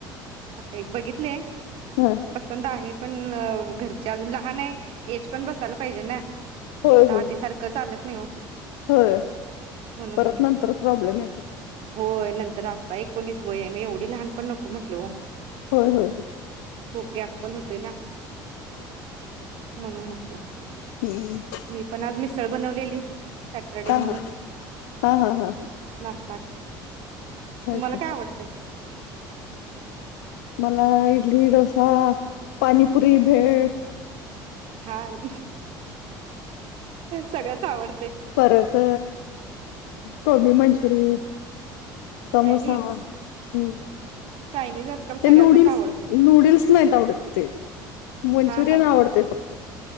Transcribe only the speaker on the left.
हा
होय
होय
होय
परत
नंतर प्रॉब्लेम येतात.
होय होय हो.
हम्म
हा
हा हा हा हा हा
ओके
मला इडली, डोसा, पानीपुरी, भेळ.
परत कोबी मंचुरी समोसा
हम्म.
ते नूडल्स,
नूडल्स नाहीत आवडत ते. मंचुरियन
आवडतय फक्त.